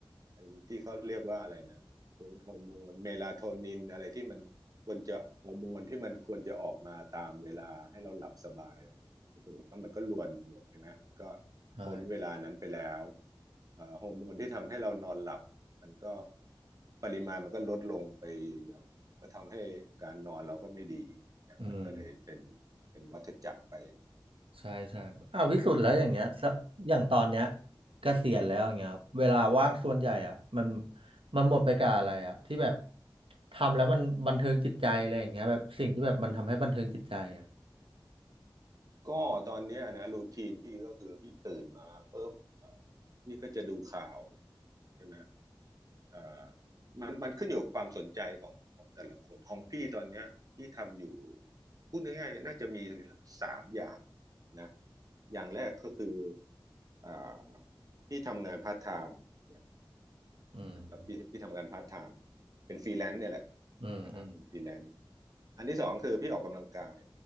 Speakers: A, on the right; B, on the right.
A: ไอ้ที่เขาเรียกว่าอะไรนะฮอร์โมนเมลาโทนินอะไรที่มันควรจะฮอร์โมนที่มันควรจะออกมาตามเวลาให้เราหลับสบายปรากฏว่ามันก็รวนหมดใช่ไหมมันก็
B: ๆใช่
A: พ้นเวลานั้นไปแล้วเอ่อฮอร์โมนที่ทำให้เรานอนหลับมันก็ปริมาณมันก็ลดลงไปแบบว่าก็ทำให้การนอนเราก็ไม่ดีเนี่ยมันก็เลยเป็น
B: อืม
A: เป็นวัฏจักรไป
B: ใช่ใช่อ่าวพิสุทธ์แล้วอย่างเงี้ยสักอย่างตอนเนี้ยเกษียณแล้วอย่างเงี้ยครับเวลาว่างส่วนใหญ่อ่ะมันมันหมดไปกับอะไรอ่ะที่แบบทำแล้วมันบันเทิงจิตใจอะไรอย่างเงี้ยแบบสิ่งที่แบบมันทำให้บันเทิงจิตใจอ่ะ
A: ก็ตอนเนี้ยนะรูทีนพี่ก็คือพี่ตื่นมาปุ๊บเอ่อพี่ก็จะดูข่าวใช่ไหมเอ่อมันมันขึ้นอยู่กับความสนใจของของแต่ละคนของพี่ตอนเนี้ยพี่ทำอยู่พูดง่ายๆน่าจะมีอยู่สักสามอย่างนะอย่างแรกก็คืออ่าพี่ทำงานพาร์ทไทม์เนี่ย
B: อืม
A: นะแล้วพี่พี่ทำงานพาร์ทไทม์เป็นฟรีแลนซ์เนี่ยแหละ
B: อืมอืม
A: อ่าเป็นฟรีแลนซ์อันที่สองคือพี่ออกกำลังกาย